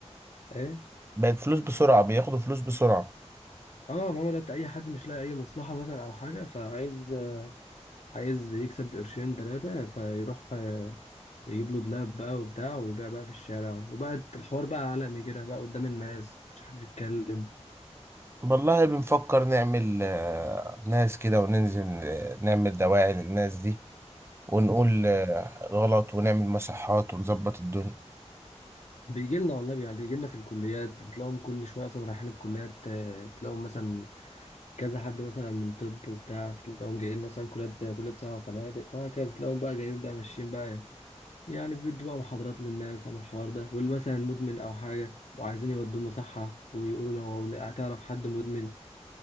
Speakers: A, on the left (about 70°); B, on the right (about 20°).
A: ايه
B: بقت فلوس بسرعه بياخدوا فلوس بسرعه
A: اه ماما دلوقتي اي حد مش لاقي اي مصلحة مثلا او حاجة فعايز آه، عايز يكسب قرشين ثلاثة فيروح يجيب له دولاب بقى وبتاع ويبيع بقى في الشارع وبقى الحوار بقى عالمي كده بقى قدام الناس محدش حد بيتكلم
B: والله بنفكر نعمل آه، ناس كده وننزل آه، نعمل دواعي للناس دي ونقول آه، غلط ونعمل مصحات ونظبط الدنيا
A: بيجي لنا والله يعني بيجي لنا في الكليات بتلاقيهم كل شويه اصلا رايحين الكليات آه، تلاقيهم مثلا كذا حد مثلا من طب وبتاع تلاقيهم جايين مثلا كليات زي كليات سياحه وفنادق وهكذا تلاقيهم بقى جايين بقى ماشيين بقى يعني بيدوا بقى محاضرات للناس عن الحوار ده واللي مثلا مدمن او حاجه وعايزين يودوه مصحه ويقولوا لو لو هتعرف حد مدمن